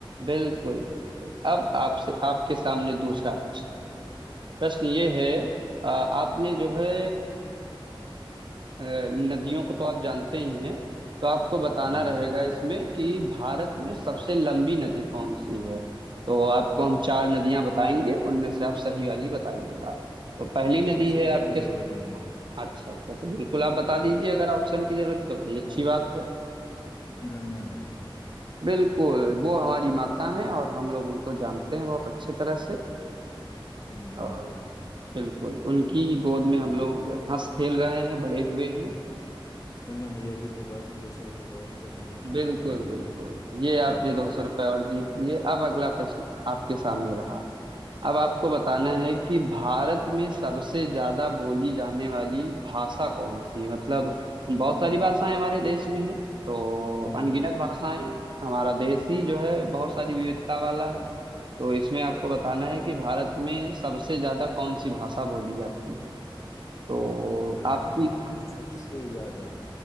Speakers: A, on the right (about 60°); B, on the left (about 35°).
A: बिल्कुल बिल्कुल अब आपसे आपके सामने दूसरा प्रश्न प्रश्न ये है अ, आपने जो है अ, नदियों को तो आप जानते ही हैं तो आपको बताना
B: हाँ
A: रहेगा इसमें कि भारत में सबसे लंबी नदी कौन सी है तो आपको हम चार नदियां बताएंगे उनमें से आप सही वाली बताइएगा तो पहली नदी
B: ऑप्शन
A: है
B: की
A: आपके
B: भी जरूरत नहीं है
A: अच्छा अच्छा तो बिल्कुल आप बता
B: हमारी
A: दीजिए अगर ऑप्शन की जरूरत है तो बड़ी अच्छी
B: हाँ
A: बात है
B: गंगा नदी
A: बिल्कुल वो हमारी माता हैं और हम लोग उनको जानते हैं बहुत अच्छे तरह से
B: गंगा
A: और
B: मैया
A: बिल्कुल उनकी ही गोद
B: और
A: में हम लोग हंस खेल रहे हैं बड़े हुए हैं
B: गंगा मैया की कृपा से दो सौ रुपये और मेरे अकाउंट में ट्रांसफर
A: बिल्कुल
B: कर दिए
A: बिल्कुल
B: जाएं
A: ये आपने
B: तुरंत
A: दो सौ रुपये और जीत लिए अब अगला प्रश्न आपके सामने रहा अब आपको बताना है कि भारत में सबसे ज्यादा बोली जाने वाली भाषा कौन सी है? मतलब बहुत सारी भाषाएं हमारे देश में हैं तो
B: हम्म
A: अनगिनत भाषाएं हैं। हमारा देश ही जो है बहुत सारी विविधता वाला है तो इसमें आपको बताना है कि भारत में सबसे ज्यादा कौन सी भाषा बोली जाती है तो
B: भारत
A: आपकी
B: में सबसे ज्यादा